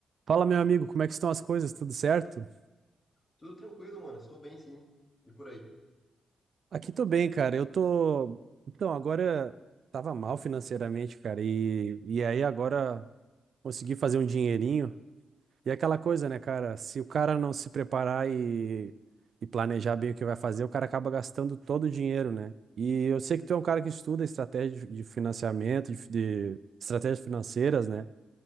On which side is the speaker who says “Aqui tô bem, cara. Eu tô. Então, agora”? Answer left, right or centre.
Right